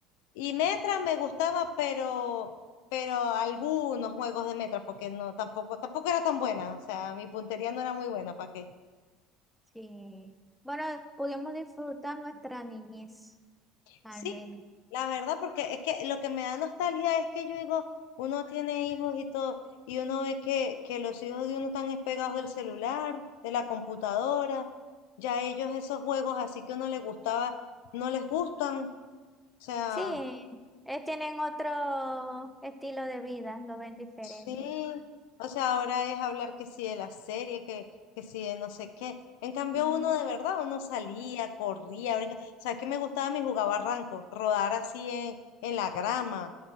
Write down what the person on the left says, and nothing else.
Y Metra me gustaba, pero, pero algunos juegos de Metra, porque no, tampoco, tampoco era tan buena, o sea, mi puntería no era muy buena, ¿para qué?
Sí,
la verdad, porque es que lo que me da nostalgia es que yo digo, uno tiene hijos y todo, y uno ve que, que los hijos de uno están despegados del celular, de la computadora, ya ellos esos juegos así que uno les gustaba, no les gustan, o sea,
sí, o sea, ahora es hablar que sí de la serie, que, que sí de no sé qué. En cambio,
uno de verdad, uno salía, corría, brincaba. O sea, que me gustaba a mí jugar barranco, rodar así en, en la grama.